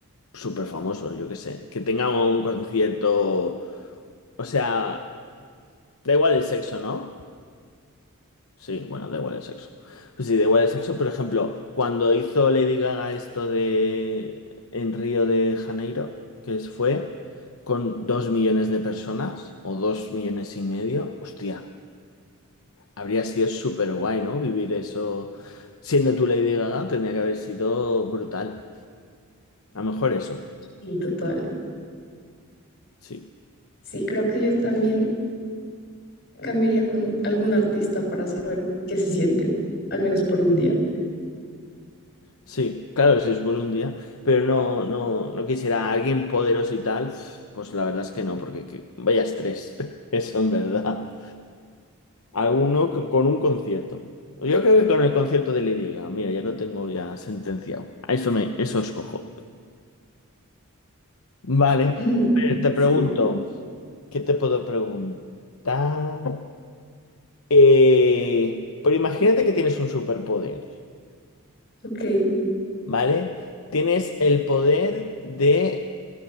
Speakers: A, on the left; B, on the left.
A: súper famoso, yo qué sé. Que tenga un concierto. O sea, da igual el sexo, ¿no? Sí, bueno, da igual el sexo. Pues sí, da igual el sexo. Por ejemplo, cuando hizo Lady Gaga esto de en Río de Janeiro, que es- fue con dos millones de personas o dos millones y medio, hostia, habría sido súper guay, ¿no? Vivir eso. Siendo tú Lady Gaga, tendría que haber sido brutal. A lo mejor eso.
B: Sí, total.
A: Sí.
B: Sí, creo que yo también cambiaría con algún artista para saber qué se siente, al menos por un día.
A: Sí, claro, si es por un día, pero no, no, no quisiera a alguien poderoso y tal, pf, pues la verdad es que no, porque que- vaya estrés, <laughs> eso en verdad. Alguno con, con un concierto. Yo creo que con el concierto de Lady Gaga, mira, ya lo tengo ya sentenciado. A eso me, eso escojo. Vale,
B: <laughs>
A: a ver, te pregunto,
B: Sí,
A: ¿qué te puedo preguntar? Eh, pero imagínate que tienes un superpoder,
B: ok.
A: ¿vale? Tienes el poder de